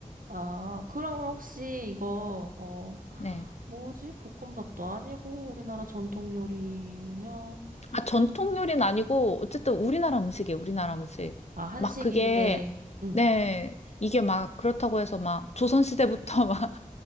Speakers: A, on the right; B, on the left.
A: 아, 그럼 혹시 이거, 어,
B: 네.
A: 뭐지? 볶음밥도 아니고 우리나라 전통 요리면,
B: 아, 전통
A: 비-
B: 요리는 아니고, 어쨌든 우리나라 음식이에요, 우리나라 음식.
A: 아, 한식인데,
B: 막 그게,
A: 응.
B: 네. 이게 막 그렇다고 해서 막 조선시대부터 <laughs> 막